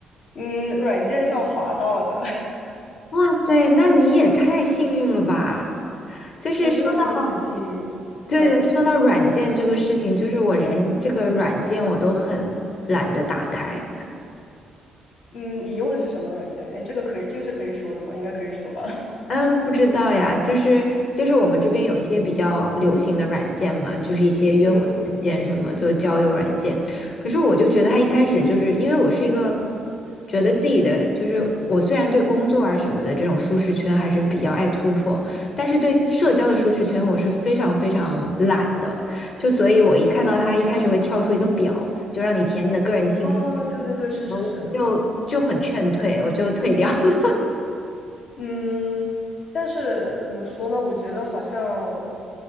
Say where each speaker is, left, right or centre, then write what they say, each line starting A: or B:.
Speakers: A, on the left; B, on the left.
A: 嗯，软件上滑到的，
B: <laughs> 哇塞，那你也太幸运了吧！
A: <laughs>
B: 就是说到，
A: 我真的觉得很幸运。
B: 对的，
A: 对，
B: 说到软件这个事情，就是我连这个软件我都很懒得打开。
A: 嗯，你用的是什么软件？哎，这个可以，这个是可以说的吗？应该可以说吧。<laughs>
B: 嗯，不知道呀，就是就是我们这边有一些比较流行的软件嘛，就是一些约会软件什么，
A: 嗯，
B: 就交友软件。可是我就觉得他一开始就是因为我是一个觉得自己的就是我虽然对工作啊什么的这种舒适圈还是比较爱突破，但是对社交的舒适圈我是非常非常懒的，就所以我一看到他一开始会跳出一个表，就让你填你的个人信息，
A: 哦，对对对，是是是。
B: 然后我就就很劝退，我就退掉了。<laughs>
A: 嗯，但是怎么说呢？我觉得好像，